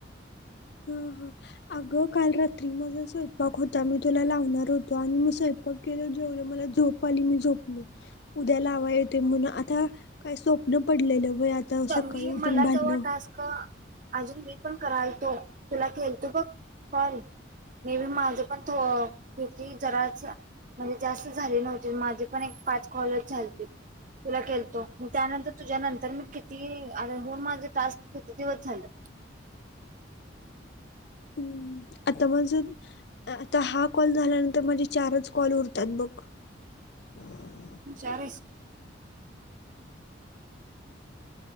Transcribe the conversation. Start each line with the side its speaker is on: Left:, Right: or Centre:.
Left: हं हं अगं काल रात्री माझा स्वयंपाक होता मी तुला लावणार होत तो आणि म स्वयपाक केल्यावर झो जेवले म मला झोप आली मी झोपलो उद्या लावाय येतंय म्हणून आता काय स्वप्न पडलेलं वय आता सकाळी
Right: मी
Left: उठून
Right: मला
Left: भांडणं
Right: जवा टास्क अजून पण करालतो तुला केलतो बघ कॉल मे बी माझं पण थो कती जराचं म्हणजे जास्त झाले नव्हते माझे पण एक पाच कॉलचं झालते तुला केलतो मी त्यानंतर तुझ्या नंतर मी कि ती आता होऊन माझे टास्क किती दिवस झालं
Left: हम्म आता माझे अ आता हा कॉल झाल्यानंतर माझे चारचं कॉल उरतात बघ <inaudible>
Right: हुशार आहेस